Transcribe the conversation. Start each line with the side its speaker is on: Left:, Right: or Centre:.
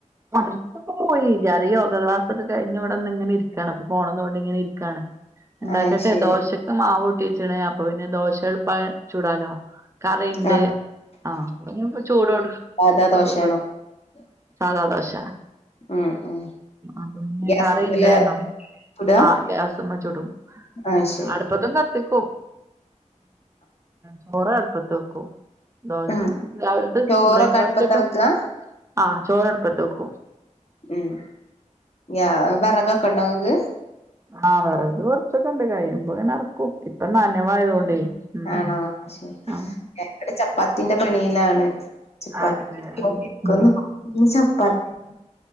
Right: മദ്രസ്കൊക്കെ പോയി. ഞാന് യോഗ ക്ലാസകെ കയിഞ് വടെന്ന്ങ്ങനിര്കാണ് അപ്പൊ ഫോണും തോണ്ടിങ്ങനിരികാണ് ഇണ്ടാക്കട്ടെ
Left: ആ ശരി
Right: ദോശക്ക് മാവൂട്ട്യെച്ണ് അപ്പൊ പിന്നെ ദോശ എളപ്പ ചൂടാലോ കറിണ്ട്
Left: ആ
Right: ആഹ് ഞ്പം ചൂടോട്
Left: സാധാ
Right: ചൂടോ
Left: <inaudible>
Right: സധാദോശ
Left: ഉം ഉം
Right: അന്ന
Left: ഗ്യാസ്മല്
Right: കറിഇണ്ടേനും
Left: ചുടാ
Right: ആഹ് ഗ്യാസ്മ്മ ചുടും
Left: ആ ശരി
Right: അടു പ്പതും കത്തിക്കും ചോറ അടുപ്പത്ത് വെക്കും ദോശ
Left: ആ
Right: രാവിൽത്തെ
Left: ചോറൊക്കെ
Right: ബ്രേക്ക്ഫാസ്റ്റോക്കെ
Left: അടുപ്പത്താ വെക്കുക
Right: ആ ചോറടുപ്പത്ത് വെക്കും.
Left: ഉം ഞാ വേറകൊക്കെ ണ്ടോ ങ്ങക്ക്
Right: ആഹ് വിറക് കുർച്ചൊക്കെ ണ്ട് കഴിയുമ്പോ ഇങ്ങനെ ർ ഇപ്പം നാനവായതൊണ്ടേ ഉം
Left: ആണോ ശരി
Right: ആഹ്
Left: ചപ്പാത്തിന്റെ പണിയിലാണ് ചപ്പാത്തിക്ക്
Right: ആണല്ലേ
Left: <unintelligible>
Right: ആഹ് ഉം
Left: ചപ്പാത്തി